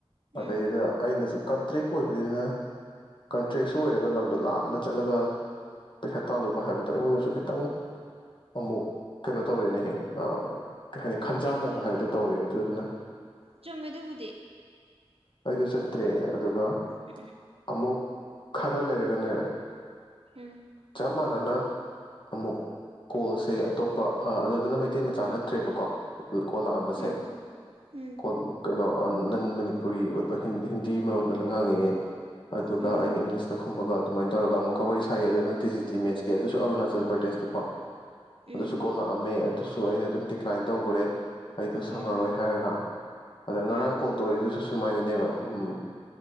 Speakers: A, on the right; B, on the left.
A: ꯎꯝ
B: ꯑꯩꯗꯩꯗ ꯑꯩꯅꯁꯨ ꯀꯟꯇ꯭ꯔꯦꯛ ꯑꯣꯏꯕꯅꯤꯅ ꯀꯟꯇ꯭ꯔꯦꯛꯁꯨ ꯑꯣꯏꯔꯒ ꯂꯝꯗꯣ ꯂꯥꯞꯅ ꯆꯠꯂꯒ ꯄꯩꯁꯥ ꯇꯥꯜꯂꯨꯕ ꯍꯥꯏꯕꯗꯣ ꯑꯩꯉꯣꯟꯗꯁꯨ ꯈꯤꯇꯪ ꯑꯃꯨꯛ ꯀꯩꯅꯣ ꯇꯧꯔꯦꯅꯦꯍꯦ ꯀꯩ ꯍꯥꯏꯅꯤ ꯈꯟꯖꯥꯟꯅꯕ ꯍꯥꯏꯕꯗꯣ ꯇꯧꯔꯦ ꯑꯗꯨꯗꯨꯅ
A: ꯆꯨꯝꯃꯦꯗꯨꯕꯨꯗꯤ
B: ꯑꯩꯗꯨ ꯆꯠꯇ꯭ꯔꯦ ꯑꯗꯨꯒ
A: ꯎꯝ
B: ꯑꯃꯨꯛ ꯈꯔ ꯂꯩꯔꯒꯅꯦ ꯆꯞ
A: ꯎꯝ
B: ꯆꯞ ꯃꯥꯟꯅꯅ ꯑꯃꯨꯛ ꯀꯣꯜꯁꯦ ꯑꯇꯣꯞꯄ ꯑ ꯑꯗꯨꯗꯅ ꯃꯩꯇꯩ ꯃꯆꯥ ꯅꯠꯇ꯭ꯔꯦꯕꯀꯣ ꯀꯣꯜ ꯂꯥꯛꯑꯝꯕꯁꯦ
A: ꯎꯝ ꯎꯝ
B: ꯀꯣꯟ ꯀꯩꯅꯣ ꯑꯥ ꯅꯟ ꯃꯅꯤꯄꯨꯔꯤ ꯑꯣꯏꯕ ꯍꯤꯟ ꯍꯤꯟꯗꯤ ꯃꯔꯣꯟꯗ ꯉꯥꯡꯉꯛꯑꯦ ꯑꯗꯨꯒ
A: ꯎꯝ
B: ꯑꯩꯅ ꯏꯪꯂꯤꯁꯇ ꯈꯨꯝꯃꯒ ꯑꯗꯨꯃꯥꯏꯅ ꯇꯧꯔꯒ ꯑꯃꯨꯛꯀ ꯋꯥꯔꯤ ꯁꯥꯥꯏꯌꯦ ꯑꯗꯨꯗ ꯇꯤ ꯖꯤ ꯇꯤ ꯃꯦꯠꯁꯀꯤ ꯑꯗꯨꯁꯨ ꯑꯔꯨꯅꯥꯆꯜ ꯄ꯭ꯔꯗꯦꯁꯇꯀꯣ
A: ꯎꯝ
B: ꯑꯗꯨꯁꯨ ꯀꯣꯜ ꯂꯥꯛꯑꯝꯃꯦ ꯑꯗꯨꯁꯨ ꯑꯩꯅ ꯑꯗꯨꯝ ꯗꯤꯀ꯭ꯂꯥꯏꯟ ꯇꯧꯒꯔꯦ ꯑꯩꯗꯣ ꯁꯪꯉꯔꯣꯏ
A: ꯎꯝ
B: ꯍꯥꯏꯔꯒ ꯑꯗ ꯉꯔꯥꯡ
A: ꯎꯝ ꯎꯝ
B: ꯀꯣꯜ ꯇꯧꯔꯛꯏꯗꯨ__ ꯁꯨꯃꯥꯏꯅꯅꯦꯕ ꯎꯝ